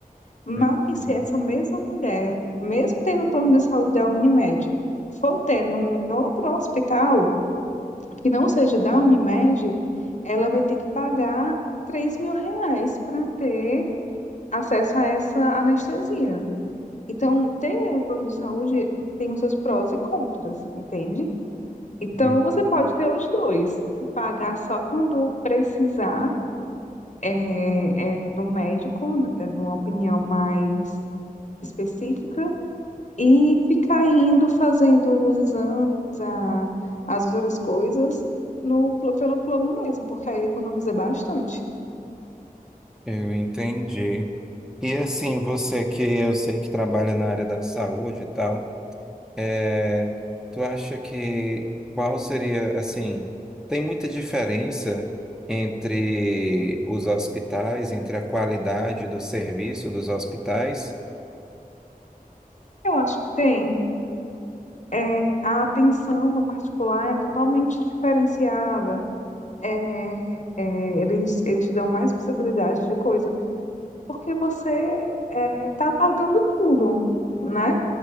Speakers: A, on the left (about 55°); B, in the centre.
A: Mas
B: hum, hum,
A: se essa mesma mulher, mesmo tendo o plano de saúde da Unimed, for ter num, em outro hospital, que não seja da Unimed, ela vai ter que pagar três mil reais para ter acesso a essa anestesia. Então, ter plano de saúde tem os seus prós e contras, entende? Então,
B: hum.
A: você pode ter os dois, pagar só quando precisar é, é, do médico, né, de uma opinião mais específica, e ficar indo fazendo os exames, a, as outras coisas no, pl- pelo plano mesmo, porque aí economiza bastante.
B: Eu entendi. E assim, você que eu sei que trabalha na área da saúde e tal, É, tu acha que qual seria, assim, tem muita diferença entre os hospitais, entre a qualidade do serviço dos hospitais?
A: Eu acho que tem. É, a atenção no particular é totalmente diferenciada. É, é, eles, eles te dão mais possibilidade de coisa, porque você é, tá pagando tudo, né?